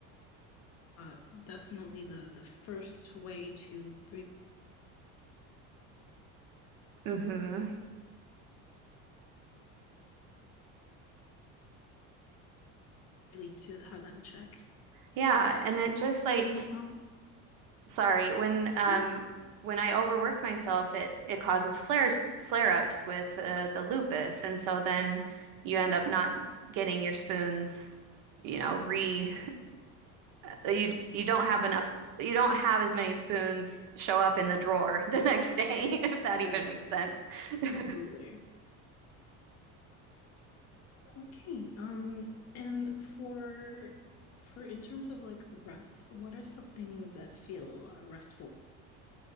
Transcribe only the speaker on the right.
hmm
Yeah. And it just like,
sorry, when um
when I overwork myself, it it causes flares flare-ups with uh, the lupus, and so then you end up not getting your spoons, you know, re uh, you you don't have enough you don't have as many spoons show up in the drawer <laughs> the next day, <laughs> if that
even makes sense. <laughs>